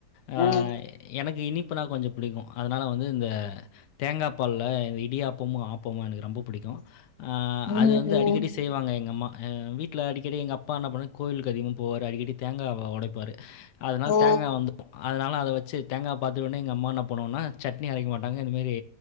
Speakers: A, on the left; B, on the left.
A: ஆ
B: ம்
A: எனக்கு இனிப்புனா கொஞ்ச புடிக்கு அதனால வந்து இந்த தேங்கா பால்ல இந்த இடியாப்பமு ஆப் பமு எனக்கு ரொம்ப புடிக்கு
B: ம்
A: அது வந்து
B: ம்
A: அடிக்கடி செ ய்வாங்க எங் அம்மா அ வீட்ல அடிக்கடி எங் அப்பா என்ன பண்ணுவானு கோயிலுக்கு அதிகமா போவாரு அடிக்கடி தேங்கா வொடைப்பாரு அதனால
B: ஓ
A: தேங்கா வந்து அதனால அத வச்சு தேங்கா பாத்துடுவனே எங்க அம்மா என்ன பண்ணுவாங்னா சட்னி அரைக்க மாட்டாங்க இந்த மேரி